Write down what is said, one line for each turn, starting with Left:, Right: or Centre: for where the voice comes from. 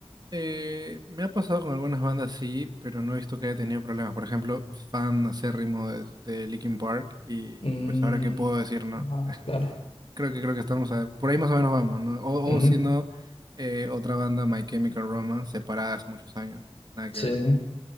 Right: Eh, me ha pasado con algunas bandas, sí, pero no he visto que haya tenido problemas. Por ejemplo, fan acérrimo de, de Linkin Park y
Left: Mm,
Right: pues ahora qué puedo decir, ¿no?
Left: ah,
Right: <laughs>
Left: claro.
Right: Creo que creo que estamos a- por ahí más o menos vamos, ¿no? O,
Left: Ujú,
Right: o si no, eh, otra banda, My Chemical Romance, separada hace muchos años. Nada
Left: Sí.
Right: que ver también.